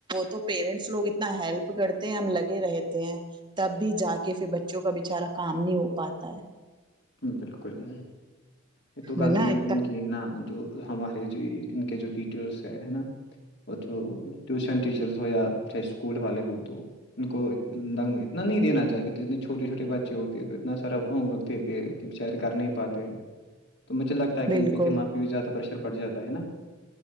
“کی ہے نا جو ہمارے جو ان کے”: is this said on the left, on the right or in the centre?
Left